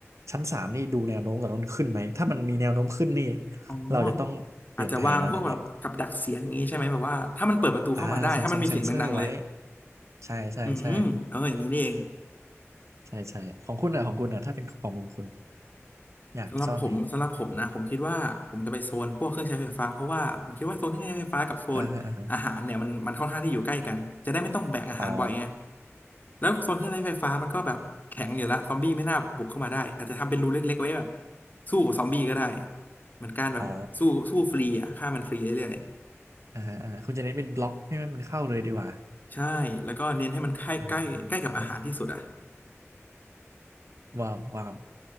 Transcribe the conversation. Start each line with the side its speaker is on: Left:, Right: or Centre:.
Right: ชั้นสามนี่ดูแนวโน้มก่อนว่ามันขึ้นไหมถ้ามันมีแนวโน้มขึ้นนี่
Left: อ๋อ
Right: เราจะต้องเปลี่ยนแผนอะไรเงี้ย
Left: อาจจะวางพวกแบบกับดักเสียงงี้ใช่ไหมแบบว่าถ้ามันเปิดประตูเข้ามาได้ถ้ามันมีเสียงดังๆเลย
Right: อ่าเซ็นทรงเซ็นเซอร์ไว้ใช่ใช่ใช่
Left: อืมเอออย่างนี้นี่เอง
Right: ใช่ใช่ของคุณอ่ะของคุณอ่ะถ้าเป็นของของคุณอยากซ่อนไหน
Left: สำหรับผมสำหรับผมนะผมคิดว่าผมจะไปโซนพวกเครื่องใช้ไฟฟ้าเพราะว่าผมคิดว่าโซนเครื่องใช้ไฟฟ้ากับโซนอาหารเนี่ยมันมันค่อนข้างที่อยู่ใกล้กันจะได้ไม่ต้องแบกอาหารบ่อยไง
Right: อ่าฮะอ่าฮะอ๋อ
Left: แล้วโซนเครื่องใช้ไฟฟ้ามันก็แบบแข็งอยู่ละซอมบี้ไม่น่าบุกเข้ามาได้อาจจะทำเป็นรูเล็กๆไว้แบบสู้กับซอมบี้ก็ได้เหมือนการแบบสู้สู้ฟรีอ่ะฆ่ามันฟรีเรื่อย
Right: อ๋ออ่าฮะอ่าคุณจะเน้นเป็นบล็อกให้มันเข้าเลยดีกว่า
Left: ๆใช่แล้วก็เน้นให้มันใกล้ใกล้ใกล้กับอาหารที่สุดอ่ะ
Right: อ่าว้าวว้าว